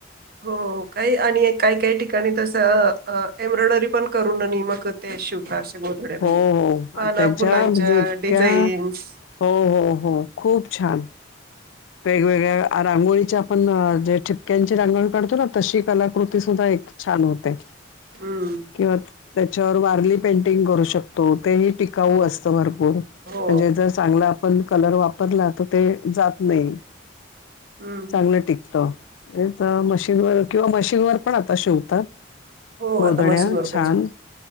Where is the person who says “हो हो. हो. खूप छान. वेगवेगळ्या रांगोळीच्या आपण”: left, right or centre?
Left